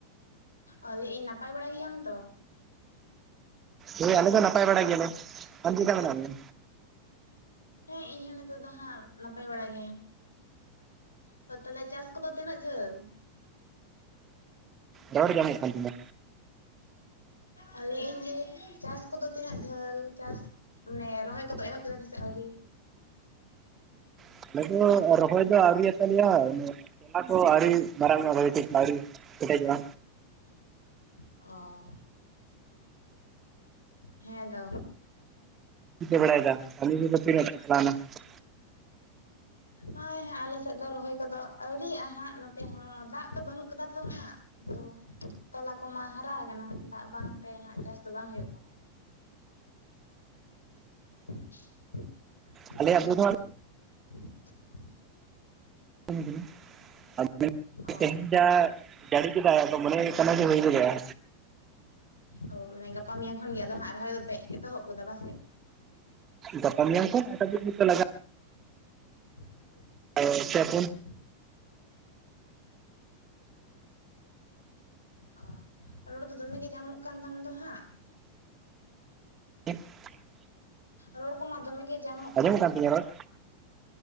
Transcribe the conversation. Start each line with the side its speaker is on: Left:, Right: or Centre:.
Left: ᱚ ᱞᱟᱹᱭ ᱤᱧ ᱱᱟᱯᱟᱭ ᱵᱟᱲᱟ ᱜᱮᱭᱟᱢ ᱛᱚ?
Right: ᱦᱳᱭ ᱟᱞᱮ ᱫᱚ ᱱᱟᱯᱟᱭ ᱵᱟᱲᱟ ᱜᱮᱭᱟᱞᱮ᱾ ᱟᱢ ᱪᱤᱜᱠᱟ ᱢᱮᱱᱟᱜ ᱢᱮᱭᱟ?
Left: ᱦᱮᱸ ᱤᱧᱦᱚᱸ ᱱᱤᱛᱚᱜ ᱫᱚ ᱦᱟᱸᱜ ᱱᱟᱯᱟᱭ ᱵᱟᱲᱟ ᱜᱮ᱾ ᱛᱚ ᱛᱟᱦᱞᱮ ᱪᱟᱥ ᱠᱚᱫᱚ ᱛᱤᱱᱟᱹᱜ ᱡᱷᱟᱹᱞ?
Right: ᱫᱟᱠᱟ ᱠᱟᱹᱴᱤᱡ ᱡᱚᱢ ᱦᱚᱭᱩᱜ ᱠᱟᱱ ᱛᱤᱧᱟ᱾
Left: ᱟ ᱞᱟᱹᱭᱮᱫ ᱤᱧ ᱡᱮ ᱪᱟᱥ ᱠᱚᱫᱚ ᱛᱤᱱᱟᱹᱜ ᱡᱷᱟᱹᱞ ᱪᱟᱥ ᱢᱟᱱᱮ ᱨᱚᱦᱚᱭ ᱠᱚᱫᱚ ᱮᱦᱚᱵ ᱠᱮᱫᱟ ᱯᱮᱥᱮ ᱟᱹᱣᱨᱤ?
Right: ᱟᱸᱡᱚᱢᱚᱜ ᱠᱟᱱ ᱟᱞᱮ ᱫᱚ ᱨᱚᱦᱚᱭ ᱫᱚ ᱟᱣᱨᱤᱭᱟ ᱛᱟᱞᱭᱟ ᱤᱱᱟ ᱛᱚᱞᱟ ᱠᱚ ᱟᱹᱣᱨᱤ ᱢᱟᱨᱟᱝᱜᱟ ᱵᱷᱟᱜᱤ ᱴᱷᱤᱠ ᱟᱹᱣᱨᱤ ᱠᱮᱴᱮᱡᱟ-ᱟ᱾
Left: ᱚ ᱦᱮᱸ ᱫᱚ᱾
Right: ᱪᱤᱠᱟᱹ ᱵᱮᱲᱟᱭ ᱫᱟ <unintelligible>
Left: ᱦᱳᱭᱚᱭ ᱟᱞᱮ ᱥᱮᱫ ᱫᱚ ᱨᱚᱦᱚᱭ ᱠᱚᱫᱚ ᱟᱹᱣᱨᱤᱭᱟᱜᱼᱟ ᱦᱟᱸᱜ᱾ ᱱᱚᱛᱮ ᱦᱚᱸ ᱫᱟᱜ ᱫᱚ ᱵᱟᱹᱱᱩᱜ ᱠᱟᱫᱟ ᱛᱚ ᱦᱟᱸᱜ᱾ ᱫᱚ ᱛᱚᱞᱟ ᱠᱚᱢᱟ ᱦᱟᱨᱟ ᱟᱠᱟᱱᱟ᱾ ᱫᱟᱜ ᱵᱟᱝ ᱛᱮ ᱦᱟᱸᱜ ᱪᱟᱥ ᱫᱚ ᱵᱟᱝ ᱦᱩᱭᱩᱜ ᱠᱟᱱᱟ᱾ <inaudible>
Right: ᱟᱞᱮ ᱟᱵᱚ ᱫᱚ ᱱᱚᱣᱟ <unintelligible>
Left: ᱚ
Right: ᱡᱟᱲᱤ ᱠᱮᱫᱟᱭ ᱟᱫᱚ ᱢᱚᱱᱮ ᱦᱩᱭᱩᱜ ᱠᱟᱱᱟ ᱡᱮ ᱦᱩᱭ ᱜᱚᱫᱚ-ᱟ᱾
Left: ᱚ ᱢᱟᱱᱮ ᱜᱟᱯᱟ ᱢᱮᱭᱟᱝ ᱠᱷᱚᱱᱜ ᱜᱮ ᱟᱫᱚ ᱦᱟᱸᱜ ᱨᱚᱦᱚᱭ ᱫᱚ ᱯᱮ ᱮᱛᱚᱦᱚᱵ ᱜᱚᱫᱟ ᱵᱟᱥᱮ᱾
Right: ᱜᱟᱯᱟ ᱢᱮᱭᱟᱝ ᱠᱷᱚᱱ <unintelligible> ᱞᱟᱜᱟᱜ
Left: <inaudible>
Right: <unintelligible>
Left: <inaudible> ᱚ ᱨᱚᱲ ᱫᱚ ᱫᱚᱢᱮ ᱜᱮ ᱡᱟᱢᱚᱜ ᱠᱟᱱ ᱛᱟᱢ ᱫᱚ ᱦᱟᱸᱜ᱾
Right: <inaudible>
Left: ᱨᱚᱲ ᱠᱚᱢᱟ ᱫᱚᱢᱮ ᱜᱮ ᱡᱟᱢᱚᱜ
Right: ᱟᱸᱡᱚᱢᱚᱜ
Left: ᱠᱟᱱ ᱛᱟᱢᱟ᱾
Right: ᱛᱤᱧᱟᱹ ᱨᱚᱲ?